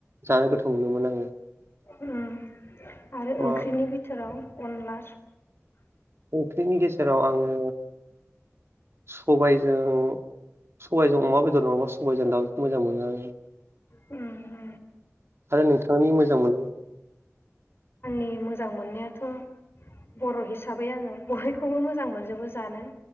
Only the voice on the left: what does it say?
अम आरो
ओंख्रिनि बिथोराव अनला
अम
नि मोजां मोननायाथ' बर' हिसाबै आङो बयखौबो मोजां मोनजोबो जानो।